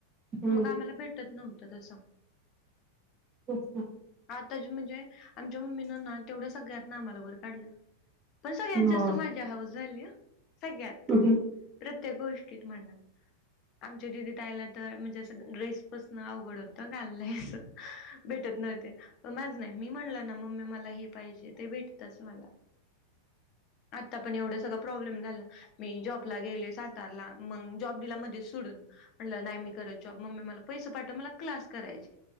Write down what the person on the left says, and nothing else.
मग आम्हाला भे त्यात नव्हतं तसं.
आता ज म्हणजे आमच्या मम्मीनं ना तेवढ्या सगळ्यात ना आम्हाला वर काढलं पण सगळ्यात
जास्त माझ्या हाऊस झाली ह सगळ्यात
प्रत्येक गोष्टीत म्हणणार. आमच्या दिदी तहिला तर म्हणजे असं ड्रेस पसन अवघड होतं घाललंयस. भेटत नव्हते पण माझ नाही मी म्हणलं ना मम्मी मला हे पाहिजे ते भेटतच मला.
आत्ता पण एवढं सगळं प्रॉब्लेम झालं. मी जॉबला गेले सातारला मग जॉब दिला मध्ये सोडून. म्हटलं नाही मी करत जॉब मम्मी मला पैसे पाठव मला क्लास करायचे.